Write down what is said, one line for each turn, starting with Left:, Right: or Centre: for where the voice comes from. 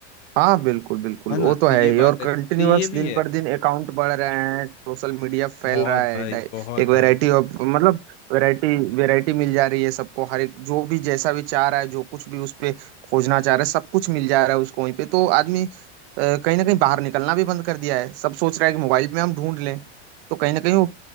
Right: हाँ बिल्कुल बिल्कुल
Left: है ना
Right: वो
Left: तो
Right: तो है
Left: ये
Right: ही
Left: बात
Right: और
Left: है
Right: कंटिन्यूअस
Left: तो ये भी
Right: दिन
Left: है
Right: पर दिन अकाउंट बढ़ रहे हैं सोशल मीडिया फैल
Left: बहुत
Right: रहा है
Left: भाई
Right: डाइ-
Left: बहुत
Right: एक वैरायटी
Left: भाई
Right: ऑफ मतलब वैरायटी वैरायटी मिल जा रही है सबको हर एक जो भी जैसा भी चाह रहा है जो कुछ भी उस पे खोजना चाह रहा है सब कुछ मिल जा रहा है उसको वहीं पे तो आदमी अ, कहीं ना कहीं बाहर निकलना भी बंद कर दिया है सब सोच रहा है कि मोबाइल में हम ढूंढ लें तो कहीं ना कहीं वो